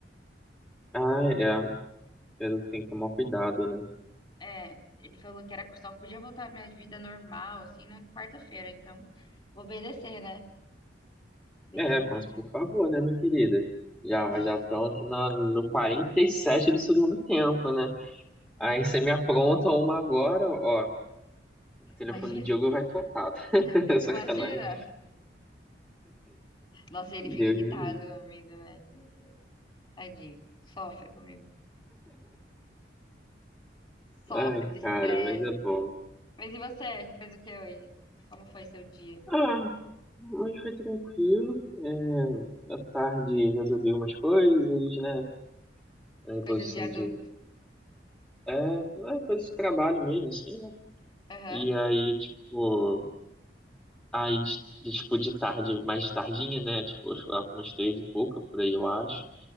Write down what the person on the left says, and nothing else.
É, ele falou que era só podia voltar à minha vida normal assim na quarta-feira, então vou obedecer, né? Melhor
obedecer.
É,
imagina,
<laughs>
imagina. Nossa, ele
fica irritado
comigo, velho. Meu Deus. Tadinho. Sofre comigo. Sofre
de estresse.
Mas e você? Fez o que hoje? Como foi seu dia?
Coisas
de adulto.
Aham,